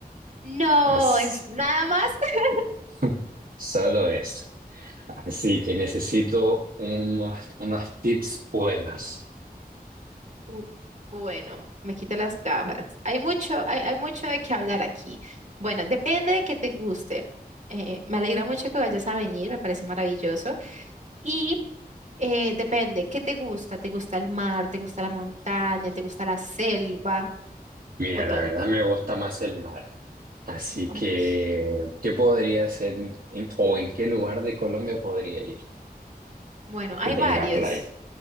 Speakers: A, on the right; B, on the right.
A: No,
B: Así,
A: es nada más. <laughs>
B: <laughs> solo eso. Así que necesito unos, unos tips buenos.
A: Uh, bueno, me quito las gafas. Hay mucho, hay, hay mucho de qué hablar aquí. Bueno, depende de qué te guste. Eh, me alegra mucho que vayas a venir, me parece maravilloso. Y eh, depende, ¿qué te gusta? ¿Te gusta el mar? ¿Te gusta la montaña? ¿Te gusta la selva?
B: Mira,
A: ¿O todo?
B: la verdad me gusta más el mar. Así
A: Ok.
B: que, ¿qué podría hacer en- o en qué lugar de Colombia podría ir
A: Bueno, hay
B: que
A: varios.
B: tenga playa?